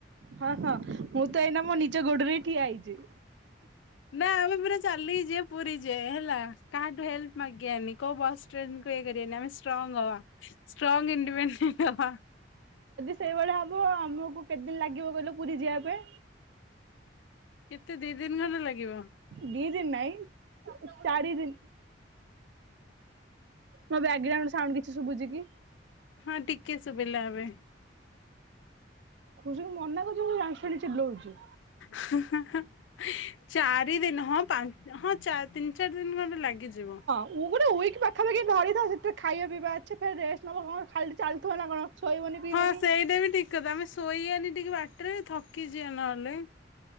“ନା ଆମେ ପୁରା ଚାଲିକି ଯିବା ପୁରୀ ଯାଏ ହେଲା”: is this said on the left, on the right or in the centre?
Left